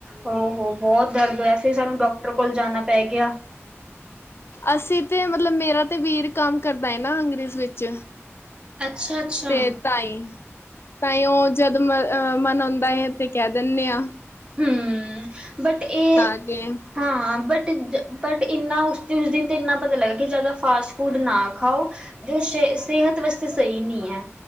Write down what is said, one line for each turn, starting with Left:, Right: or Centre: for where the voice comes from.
Right: ਹੋ, ਹੋ ਬਹੁਤ ਦਰਦ ਹੋਇਆ ਸੀ, ਸਾਨੂੰ ਡਾਕਟਰ ਕੋਲ ਜਾਣਾ ਪੈ ਗਿਆ।
Left: ਅਸੀਂ ਤੇ ਮਤਲਬ ਮੇਰਾ ਤੇ ਵੀਰ ਕੰਮ ਕਰਦਾ ਨਾ ਅੰਗਰੇਜ਼ ਵਿੱਚ
Right: ਅੱਛਾ-ਅੱਛਾ।
Left: ਤੇ ਤਾਈ ਤਾਂਈ ਉਹ ਜਦ ਮੈ ਅ ਮਨ ਆਉਂਦਾ ਹੈ ਤੇ ਕਹਿ ਦਿੰਦੇ ਹਾਂ
Right: ਹੂੰ। ਬਟ ਇਹ
Left: ਕੇ
Right: ਹਾਂ ਬਟ ਬਟ ਇੰਨਾ ਉਸ ਉਸ ਦਿਨ ਤੇ ਇੰਨਾ ਪਤਾ ਲੱਗਾ ਕਿ ਜ਼ਿਆਦਾ ਫਾਸਟ ਫੂਡ ਨਾ ਖਾਓ, ਜੋ ਸਿ ਸਿਹਤ ਵਾਸਤੇ ਸਹੀ ਨਹੀ ਏ।